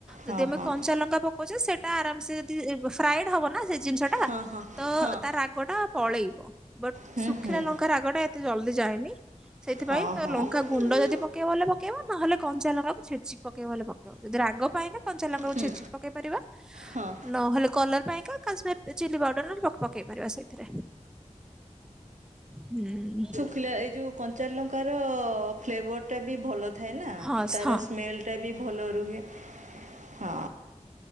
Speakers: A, on the right; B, in the centre.
A: ହଁ
B: ଯଦି ଆମେ
A: ହଁ
B: କଞ୍ଚା ଲଙ୍କା ପକୋଉଚେ ସେଟା ଆରାମ ସେ ଯଦି ଫ୍ରାଇଡ ହବ ନା ସେ ଜିନିଷ ଟା
A: ହଁ ହଁ
B: ତ
A: ହଁ।
B: ତା ରାଗ ଟା ପଳେଇବ ବଟ
A: ହୁଁ
B: ଶୁଖିଲା
A: ହୁଁ
B: ଲ ଙ୍କା ରାଗଟା ଏତେ ଜଲଦି ଯାଏନି ସେଥିପାଇଁ
A: ହଁ
B: ତ
A: ହଁ
B: ଲଙ୍କା
A: ହୁଁ
B: ଗୁଣ୍ଡ
A: ହୁଁ।
B: ଯଦି ପକେଇବ ବୋଲେ ପକେଇବ ନହେଲେ କଞ୍ଚା ଲଙ୍କାକୁ ଛେଚିକି ପକେଇବ ହେଲେ ପକେଇବ ଯଦି ରାଗ ପାଇଁକା କଞ୍ଚା ଲାଙ୍କାକୁ
A: ହୁଁ
B: ଛେଚି ପକେଇ ପାରିବା
A: ହଁ।
B: ନହେଲେ କଲର ପାଇଁକା କାଶ୍ମୀର ଚିଲ୍ଲି ପାଉଡର ପକେଇ ପାରିବା ସେଇଥିରେ ହୁଁ।
A: ଥିଲା ଏଇ ଯୋଉ କଞ୍ଚାଲଙ୍କାର ଫ୍ଲେଭରଟା ବି ଭଲ। ଥାଏ ନା
B: ହଁ
A: ତାର
B: ହଁ
A: ସ୍ମେଲଟା ବି ଭଲ ରୁହେ ହଁ।